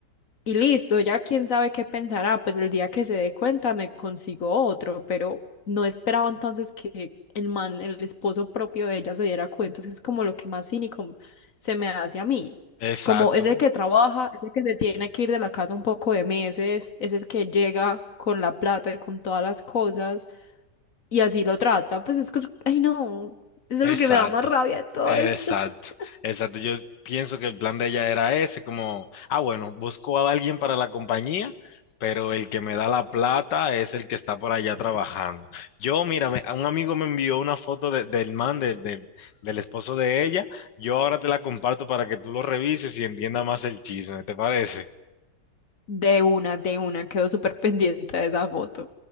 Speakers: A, on the left; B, on the left.
A: y listo, ya quién sabe qué pensará, pues el día que se dé cuenta me consigo otro, pero no esperaba entonces que el man, el esposo propio de ella se diera cuenta, entonces es como lo que más cínico se me hace a mí,
B: Exacto,
A: como es el que trabaja, es el que se tiene que ir de la casa un poco de meses, es el que llega con la plata y con todas las cosas y así lo trata, pues es que, es- ay no, eso
B: exacto,
A: es lo que me da más rabia de todo
B: exacto,
A: esto. <laughs>
B: exacto. Yo pienso que el plan de ella era ese, como, ah, bueno, busco a alguien para la compañía, pero el que me da la plata es el que está por allá trabajando. Yo, mira, me- un amigo me envió una foto de- del man, del del- del esposo de ella. Yo ahora te la comparto para que tú lo revises y entiendas más el chisme, ¿te parece?
A: De una, de una, quedo súper pendiente de esa foto.